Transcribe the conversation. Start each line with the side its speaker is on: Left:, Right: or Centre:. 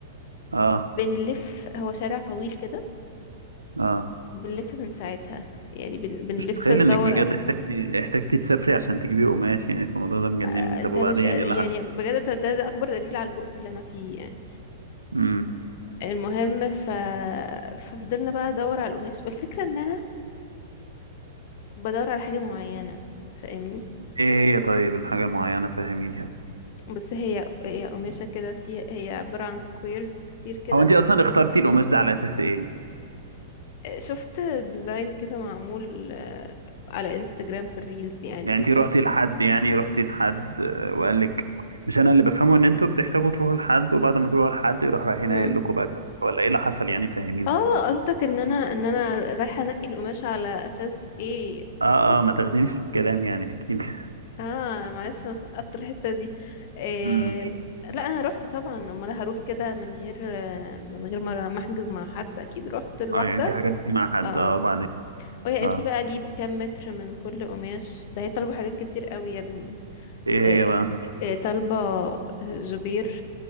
Right: اه
Left: بنلف هو شارع طويل كده
Right: اه
Left: بنلف من ساعتها يعني بن... بنلف
Right: مش متخيل
Left: ندور
Right: انك بجد
Left: أنا.
Right: احتاجتي احتاجتي تسافري عشان تجيبي قماش يعني في الموضوع ده مجنني
Left: آه،
Right: طب
Left: انت
Right: وبعدين
Left: مش يعني
Right: ايه اللي حصل
Left: بجد ده, ده, ده اكبر دليل على البؤس اللي انا فيه يعني
Right: امم
Left: المهم ف... ففضلنا بقى ادور على القماش والفكرة ان انا بدور على حاجة معينة فاهمني
Right: ايه هي طيب الحاجة المعينة فهميني يعني.
Left: بس هي هي قماشة كده في هي عبارة عن سكويرز كتير كده
Right: هو انت اصلا اخترتي القماش ده على اساس ايه
Left: آه، شفت ديزاين كده معمول آه، على انستجرام في الريلز يعني
Right: يعني انت روحتي
Left: ما.
Right: لحد يعني روحتي لحد آه، وقال لك مش انا اللي بفهمه ان انتوا بتحتاجوا تروحوا لحد وبعد ما تروحوا لحد يروح رايحين
Left: مم.
Right: قايل لكم بقى ولا ايه اللي حصل يعني فهميني
Left: اه قصدك ان انا ان انا رايحة انقي القماشة على اساس ايه
Right: اه
Left: صح
Right: اه ما تاخدينيش في الكلام يعني احكي لي
Left: اه معلش انا سقطت الحتة دي إيه...
Right: امم
Left: لا انا رحت طبعا امال هروح كده من غير آه، من غير ما ما احجز مع حد اكيد رحت لوحدة
Right: <laughs> اه يعني انت حجزتي مع حد
Left: اه
Right: اه وبعدين
Left: وهي قالت
Right: اه
Left: لي بقى اجيب كام متر من كل قماش ده هي طالبه حاجات كتير قوي يا ابني
Right: ايه
Left: آه،
Right: هي بقى
Left: آه، طالبة زبير